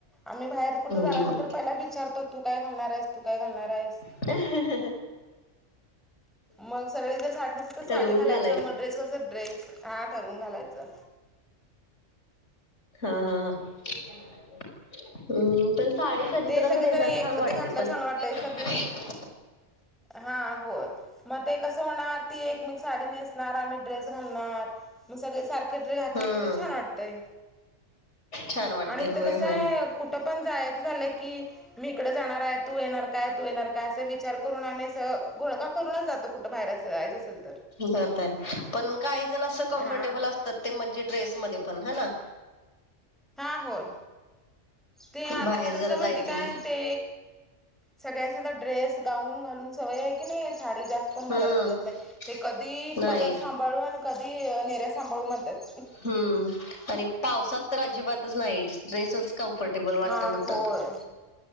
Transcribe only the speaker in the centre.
आम्ही बाहेर कुठ जाणार
असलं
तर पहिला विचारतो, तू काय घालणार आहेस? तू काय घालणार आहेस?
मग सगळी जर साडी नेसलं तर साडी
घालायचं,
मग ड्रेस तर ड्रेस. हां ठरवून घालायचं.
ते
सगळेजण
एक
ते घातलं चांगलं
वाटतंय
सगळी हां होय. म ते कस होणार, ती एकटीच साडी नेसणार, आम्ही ड्रेस घालणार, मग सगळेच सारखेे ड्रेस घातले
की ते छान वाटतय.
आणि इथं
कसं
आहे? कुठ पण जायाचं झालं की मी इकड जाणार हाय, तू येणार काय? तू येणार काय? अस वि विचार करून आम्ही असं घोळका करूनच जातो कुठं बाहेर जायचं असेल तर,
हां
हां होय. ते आता
कसं माहिती
काय?
ते सगळ्यासनी आता ड्रेस, गाऊन घालून सवय हाय की नाही सारीका? कोण घालायला
बघत नाही. ते कधी
पदर सांभाळू आणि कधी निऱ्या सांभाळू म्हणत्यात.
हां
होय.